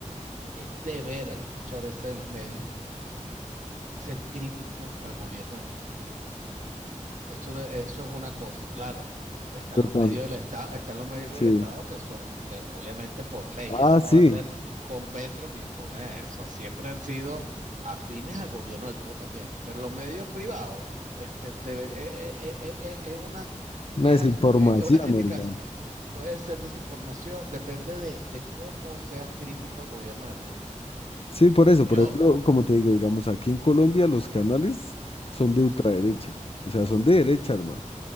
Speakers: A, on the right; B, on the left.
A: es deber al- muchas veces de los medios ser crítico al gobierno de turno. Eso, de- eso es una cosa, claro. Están
B: yo
A: los
B: tam-
A: medios del Estado, están los medios
B: sí.
A: del Estado que son, que obviamente por ley,
B: Ah,
A: eso no
B: sí,
A: va a ser con Petro ni con eso. Siempre han sido afines al gobierno de turno también. Pero los medios privados, este, debe- eh, eh, eh, eh, eh, es una,
B: una
A: es
B: desinformación,
A: al- eh, una crítica,
B: hermano.
A: eh, puede ser desinformación, depende de, de cómo seas crítico al gobierno de turno.
B: Sí, por eso, por
A: Yo,
B: ejemplo, como te digo, digamos, aquí en Colombia los canales son de ultraderecha,
A: ujú,
B: o sea, son de derecha, hermano.